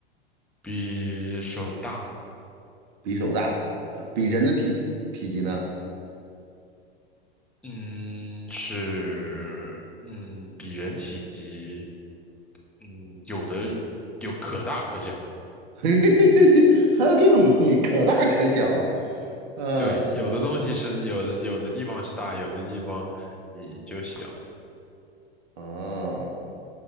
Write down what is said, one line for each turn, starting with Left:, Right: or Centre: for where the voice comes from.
Centre: 比手大，
Right: 比手大，呃，比人的体体积呢？<laughs>
Centre: 嗯，是，嗯，比人体积，嗯，有的有可大可小。
Right: 嘿嘿嘿嘿还有这种东西，可大可小。呃，
Centre: 对，有的东西是有的，有的地方是大，有的地方你就小。
Right: 啊，